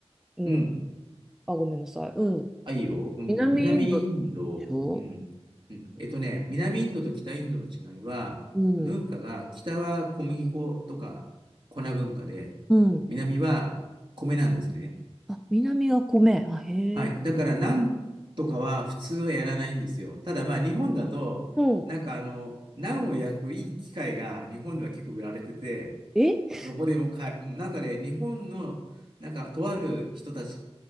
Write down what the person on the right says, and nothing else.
うん。
あ、いいよ。うん。
南インド、
うん。うん。えっとね、南インドと北インドの違いは、
文化が、北は小麦粉とか粉文化で、
南は米なんですね。
はい。だから、なんとかは普通はやらないんですよ。ただ、まあ、日本だと、
なんかあの、ナンを焼くいい機械が日本では結構売られてて、
どこでもかなんかね、日本の、なんか、とある人たち、